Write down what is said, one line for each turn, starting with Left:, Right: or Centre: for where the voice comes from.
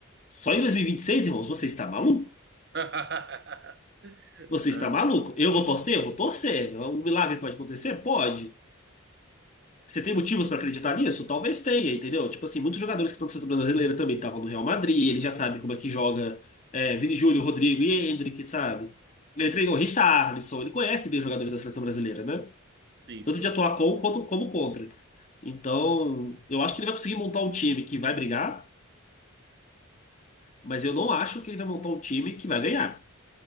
Left: só em 2026, irmãos, você está maluco.
Right: <laughs>
Left: Você
Right: Ah,
Left: está maluco. Eu vou torcer? Eu vou torcer. É Um milagre pode acontecer? Pode. Você tem motivos pra acreditar nisso? Talvez tenha, entendeu? Tipo assim, muitos jogadores que estão na seleção brasileira também estavam no Real Madrid, ele já sabe como é que joga é, Vini Júnior, Rodrigo e Endrick, sabe? Ele treinou Richarlison, ele conhece bem os jogadores da seleção brasileira, né?
Right: Sim,
Left: Tanto
Right: sim.
Left: de atuar
Right: sim.
Left: com quanto como contra. Então, eu acho que ele vai conseguir montar um time que vai brigar, mas eu não acho que ele vai montar um time que vai ganhar